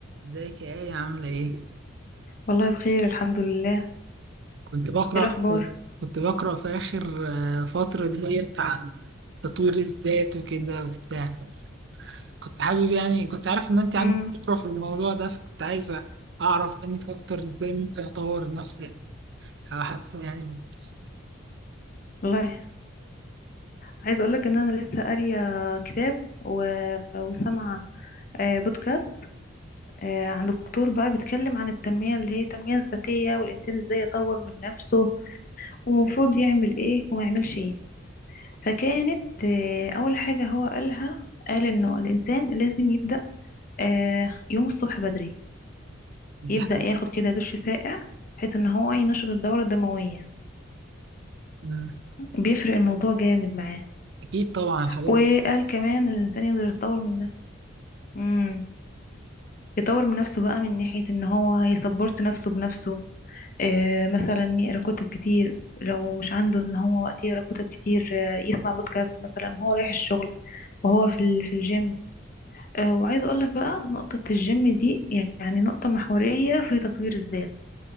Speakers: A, on the right (about 60°); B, on the left (about 45°).
A: ازيك يا آية عاملة ايه؟
B: والله بخير الحمد لله
A: كنت بقرأ
B: ايه الاخبار
A: كنت بقرأ في آخر آه، فترة ديت عن تطوير الذات وكده وبتاع كنت حابب يعني كنت عارف إن أنت
B: امم
A: عندك خبرة في الموضوع ده فكنت عايزة أعرف منك أكتر إزاي ممكن أطور نفسي أو أحسن يعني من نفسي
B: والله عايزه اقول لك ان انا لسه قاريه كتاب و... وسامعه آه، بودكاست آه، عن دكتور بقى بيتكلم عن التنميه اللي هي التنميه الذاتيه والانسان ازاي يطور من نفسه ومفروض يعمل ايه وما يعملش ايه فكانت آه، اول حاجه هو قالها قال انه الانسان لازم يبدا آه، يوم الصبح بدري يبدا
A: دي حاجة
B: ياخد كده دش ساقع بحيث ان هو ينشط الدوره الدمويه
A: مم.
B: بيفرق الموضوع جامد معاه
A: أكيد طبعا الحاجات
B: وقال
A: دي
B: كمان إن الانسان يقدر يتطور من نفسه امم يطور من نفسه بقى من ناحية ان هو يسبورت نفسه بنفسه آه مثلا يقرا كتب كتير لو مش عنده ان هو وقت يقرا كتب كتير آه يسمع بودكاست مثلا هو رايح الشغل وهو في ال- في الجيم آه وعايزه اقول لك بقى نقطة الجيم دي يعني نقطة محورية في تطوير الذات